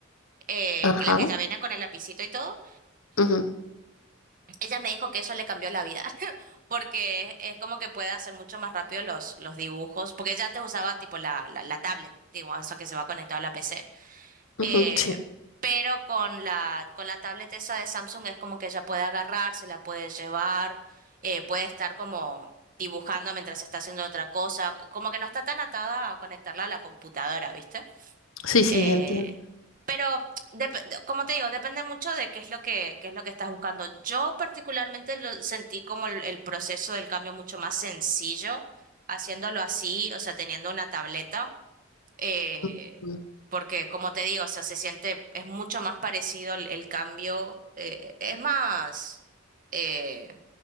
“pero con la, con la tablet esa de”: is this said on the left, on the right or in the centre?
Right